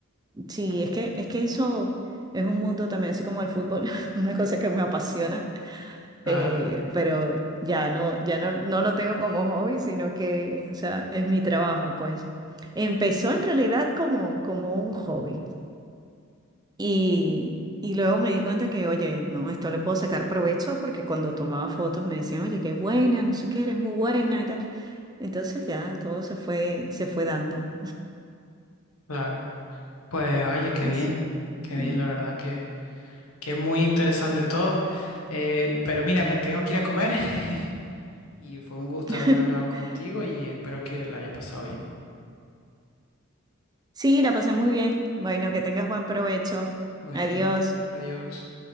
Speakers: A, on the right (about 20°); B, on the left (about 85°).
A: sí, es que, es que eso es un mundo también, así como el fútbol, <laughs> una cosa que me apasiona
B: claro,
A: eh, pero ya no, ya no, no lo tengo como hobby, sino que, o sea, es mi trabajo, pues. Empezó en realidad como, como un hobby y, y luego me di cuenta que, oye, no, esto le puedo sacar provecho porque cuando tomaba fotos me decían, oye, qué buena, no sé qué, eres muy buena y tal. Entonces ya todo se fue, se fue dando.
B: claro. Pues oye, qué
A: Así
B: bien,
A: que,
B: qué
A: sí.
B: bien, la verdad que, que es muy interesante todo. Eh, pero mira, me tengo que ir a comer. <laughs> Y fue un gusto
A: <laughs>
B: haber hablado contigo y espero que la hayas pasado bien.
A: Sí, la pasé muy bien. Bueno, que tengas buen provecho.
B: Bueno,
A: Adiós.
B: adiós.